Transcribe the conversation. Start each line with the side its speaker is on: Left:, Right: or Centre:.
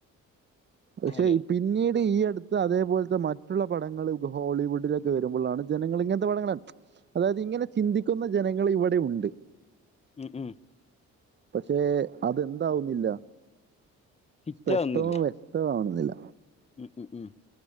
Right: പക്ഷെ
Left: അല്ലെ
Right: പിന്നീട് ഈ അടു അതേപോലത്തെ മറ്റുള്ള പടങ്ങൾ ഹോളിവുഡിലൊക്കെ വരുമ്പോളാണ് ജനങ്ങൾ ഇങ്ങനത്തെ പടങ്ങളാണ് അതായത് ഇങ്ങനെ ചിന്തിക്കുന്ന ജനങ്ങൾ ഇവിടെ ഉണ്ട്
Left: ഉം ഉം
Right: പക്ഷെ അതെന്താവുന്നില്ല
Left: ഹിറ്റാവുന്നില്ല
Right: സ്പഷ്ടവും വ്യക്തമാവുന്നില്ല.
Left: ഉം ഉം